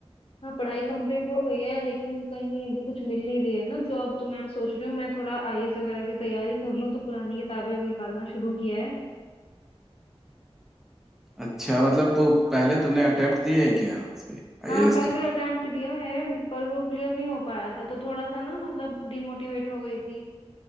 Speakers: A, on the left (about 60°); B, in the centre.
A: हाँ पढ़ाई कंप्लीट हो गई है लेकिन कहीं अभी कुछ मिल नहीं रही है ना जॉब तो मैं सोच रही हूँ मैं थोड़ा आईएएस वगैरह की तैयारी कर लूँ तो पुरानी किताबें अब निकालना शुरू किया है
B: अच्छा मतलब वो पहले तुमने अटेम्प्ट दिए है क्या उस पे आईएएस
A: हाँ पहले
B: के
A: अटेम्प्ट दिया है पर वो क्लियर नहीं हो पाया था तो थोड़ा सा ना मतलब डिमोटिवेट हो गई थी